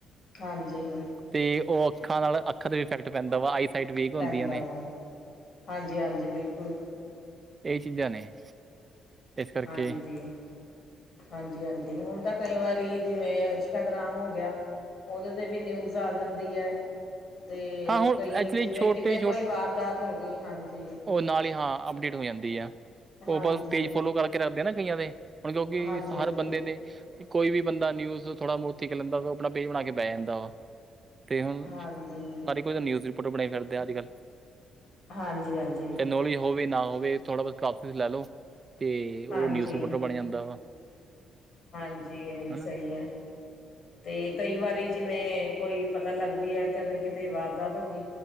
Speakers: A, on the left; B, on the right.
A: ਹਾਂਜੀ
B: ਤੇ ਓ ਅੱਖਾਂ ਨਾਲ ਅੱਖਾਂ ਤੇ ਇਫੈਕਟ ਪੈਂਦਾ ਓ ਆਈ ਸਾਈਟ ਵੀਕ ਹੁੰਦੀਆਂ
A: ਪੈਂਦਾ
B: ਨੇ
A: ਆ ਹਾਂਜੀ-ਹਾਂਜੀ ਬਿਲਕੁਲ।
B: ਏ ਚੀਜ਼ਾਂ ਨੇ ਇਸ ਕਰਕੇ
A: ਹਾਂਜੀ। ਹਾਂਜੀ-ਹਾਂਜੀ ਹੁਣ ਤੇ ਕਈ ਵਾਰੀ ਜਿਵੇਂ ਇੰਸਟਾਗ੍ਰਾਮ ਹੋ ਗਯਾ ਓਦੇ ਤੇ ਵੀ ਨਿਊਜ਼ ਆ ਜਾਂਦੀ ਐ ਤੇ
B: ਹਾਂ ਹੁਣ
A: ਕਈ
B: ਐਕਚੁਲੀ
A: ਜਿਵੇਂ
B: ਛੋਟੇ
A: ਕਿਤੇ ਕੋਈ ਵਾਰਦਾਤ ਹੋਗੀ ਹਾਂਜੀ
B: ਓ ਨਾਲ ਈ ਹਾਂ ਅਪਡੇਟ ਹੋ ਜਾਂਦੀ ਆ
A: ਹਾਂਜੀ
B: ਓ ਕਈ ਪੇਜ ਫੋਲੋ ਕਰਕੇ ਰੱਖਦੇ ਨਾ ਕਈਆਂ ਦੇ ਹੁਣ ਕਿਉਂਕਿ
A: ਹਾਂਜੀ ਹਾਂਜੀ
B: ਹਰ ਬੰਦੇ ਨੇ ਕੋਈ ਵੀ ਬੰਦਾ ਨਿਊਜ਼ ਥੋੜਾ ਬੋਹਤ ਸਿੱਖ ਲੈਂਦਾ ਓ ਆਪਣਾ ਪੇਜ ਬਣਾ ਕੇ ਬੈ ਜਾਂਦਾ ਵਾ। ਤੇ ਹੁਣ
A: ਹਾਂਜੀ
B: ਹਰ ਕੋਈ ਤਾਂ ਨਿਊਜ਼ ਰਿਪੋਰਟਰ ਬਣੀ ਫਿਰਦੇ ਅੱਜ-ਕਲ੍ਹ।
A: ਹਾਂਜੀ-ਹਾਂਜੀ।
B: ਨੌਲੇਜ ਹੋਵੇ ਨਾ ਹੋਵੇ ਥੋੜ੍ਹਾ ਬੋਤ ਕਲਾਸਿਸ ਲੈ ਲੋ ਤੇ
A: ਹਾਂਜੀ
B: ਓ ਨਿਊਜ਼ ਰਿਪੋਰਟਰ
A: ਹਾਂਜੀ
B: ਬਣ ਜਾਂਦਾ ਵਾ।
A: ਹਾਂਜੀ ਐ ਵੀ
B: ਹਨਾ
A: ਸਹੀ ਹੈ ਤੇ ਕਈ ਵਾਰੀ ਜਿਵੇਂ ਕੋਈ ਪਤਾ ਲੱਗਦੀ ਐ ਕ ਕਿਤੇ ਵਾਰਦਾਤ ਹੋਗੀ